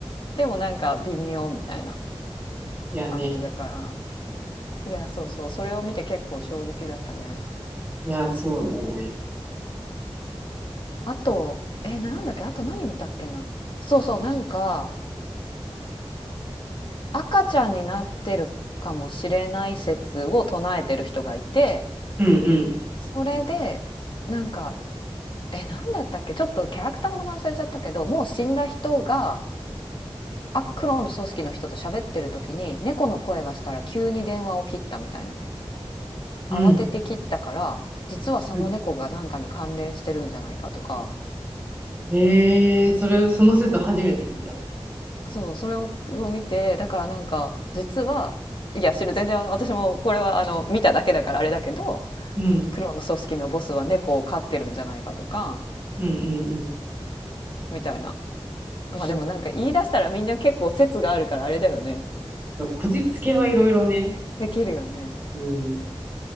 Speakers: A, on the left; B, on the right.
A: でもなんか微妙みたいな
B: いやね。
A: 感じだから。いや、そうそう、それを見て結構衝撃だったね。
B: いや、そうね。
A: あと、え、なんだっけ、あと何見たっけな。そうそう、なんか、赤ちゃんになってるかもしれない説を唱えてる人がいて
B: うんうん。
A: それでなんかえなんだったっけちょっとキャラクターの名前忘れちゃったけどもう死んだ人があ黒の組織の人と喋ってる時に猫の声がしたら急に電話を切ったみたいな
B: うん。
A: 慌てて切ったから実はその猫が何かに関連してるんじゃないかとか
B: うんええそれ、その説初めて聞いた。
A: そうそれをを見てだからなんか実はいや知る全然私もこれはあの見ただけだからあれだけど
B: うん。
A: 黒の組織のボスは猫を飼ってるんじゃないかとか
B: うんうん
A: みたいなまあでもなんか言い出したらみんな結構説があるからあれだよね
B: うん。うん、そう、こじつけはいろいろね。
A: できるよね
B: うん。